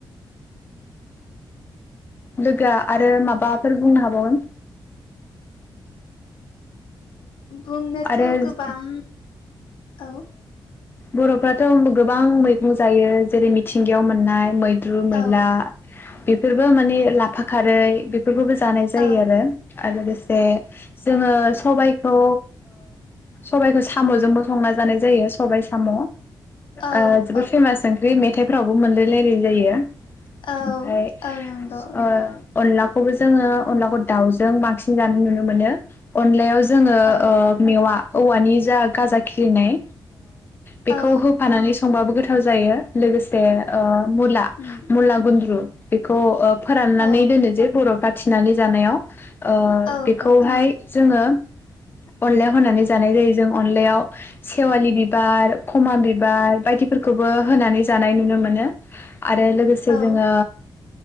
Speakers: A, on the left; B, on the left.
A: लोगोआ आरो माबाफोर बुंनो हाबावगोन।
B: बुंनोथ
A: आरो
B: गोबां। औ।
A: बरफ्राथ गोबां मैगं जायो जेरै मिथिंगायाव मोननाय मैगं। मैद्रु मैला।
B: औ
A: बेफोरबो माने लाफा खारै। बेफोरखौबो जानाय जायो
B: औ
A: आरो आरो लोगोसे जोंङो। सबाइखौ सबाइखौ साम जोंबो। संना जानाय जायो सबाय साम।
B: औ
A: जोबोद
B: औ
A: फेमास ओंख्रि मेथाइ। फोरावबो मोनलायलायनाय जायो।
B: औ
A: ओमफ्राय ओ।
B: औ नंगौ
A: अनलाखौबो जोंङो अनलाखौ दाउजों बांसिन जानाय नुनो मोनो अनलायाव। जोंङो
B: औ
A: मेवा। औवानि जा गाजा। खिलिनाय। बेखौ
B: औ
A: होफानानै संबाबो गोथाव। गोथाव जायो लोगोसे। मुला
B: उम
A: मुला गुनद्रु बे खौ ओ फोराननानै
B: औ
A: दोनो जे बर' बाथ थिनानै जानायाव ओ
B: औ
A: बेखौहाय
B: औ
A: जोङो अनलायाव होनानै जानाय जायो जों अनलायाव सेवालि बिबार खमा बिबार बायदिफोरखौबो होनानै जानाय नुनो मोनो। आरो लोगोसे
B: औ
A: जोङो